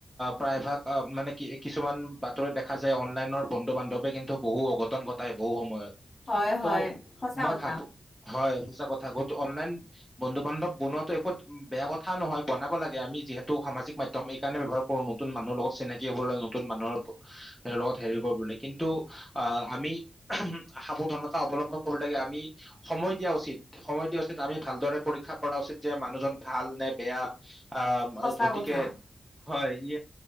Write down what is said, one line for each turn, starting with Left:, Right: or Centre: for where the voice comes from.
Centre: প্ৰায় ভাগ মানে কি কিছুমান বাতৰি দেখা যায় অনলাইনৰ বন্ধু বান্ধৱে কিন্তু বহু অঘটন ঘটাই বহু সময়ত।
Left: হয়,
Centre: ত
Left: হয়, সঁচা
Centre: মই
Left: কথা।
Centre: ভাবো হয়,, <unintelligible> অনলাইন বন্ধু বান্ধৱ বনোৱাতো একো বেয়া কথা নহয় বনাব লাগে আমি যিহেতু সামাজিক মাধ্যম এই কাৰণে ব্যৱহাৰ কৰো নতুন মানুহৰ লগত চিনাকি হব ল নতুন মানুহৰ লগত হেৰি কৰিব লাগে কিন্তু আহ আমি সাৱধানতা অৱলম্বন কৰিব লাগে আমি সময় দিয়া উচিত। সময় দি উচিত আমি ভালদৰে পৰীক্ষা কৰা উচিত যে মানুহজন ভাল নে বেয়া অ
Left: সঁচা
Centre: গতিকে
Left: কথা,
Centre: হয় ই